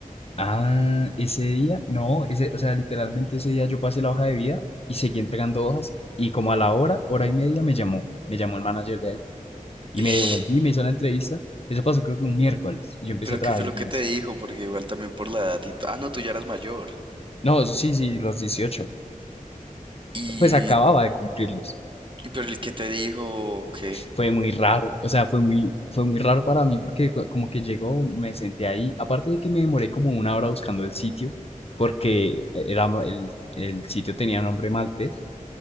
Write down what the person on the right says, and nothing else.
Ish,
Pero
qué fue lo
que te dijo, porque igual también por la edad y... t- Ah, no, tú ya eras mayor.
Y...
y Pero el que te dijo que...